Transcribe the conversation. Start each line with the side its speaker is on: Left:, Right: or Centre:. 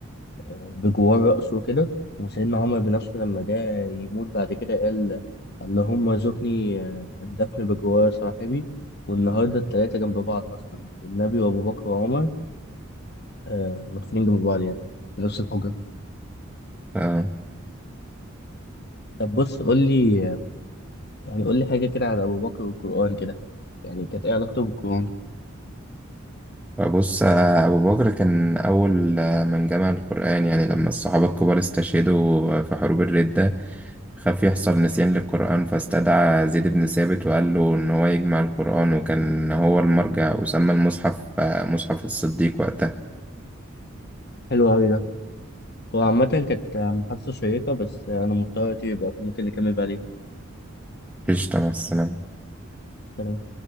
Left: بجوار رأسه كده وسيدنا عمر بنفسه لما جاء يموت بعد كده قال اللهم ارزقني آه، الدفن بجوار صاحبي والنهارده التلاتة جنب بعض أصلا النبي وأبو بكر وعمر آه، مدفونين جنب بعض يعني في نفس الحجرة
Centre: اه
Left: طب بص قول لي يعني قول لي حاجة كده على أبو بكر والقرآن كده يعني كانت إيه علاقته بالقرآن؟
Centre: بص آه، أبو بكر كان أول آه، من جمع القرآن يعني لما الصحابة الكبار استشهدوا في حروب الردة خاف يحصل نسيان للقرآن فاستدعى زيد بن ثابت وقال له إن هو يجمع القرآن وكان هو المرجع وسمى المصحف آه، مصحف الصديق وقتها
Left: حلو أوي ده هو عامة كانت محادثة شيقة بس أنا مضطر أطير بقى فممكن نكمل بعدين
Centre: قشطة مع السلامة
Left: سلام.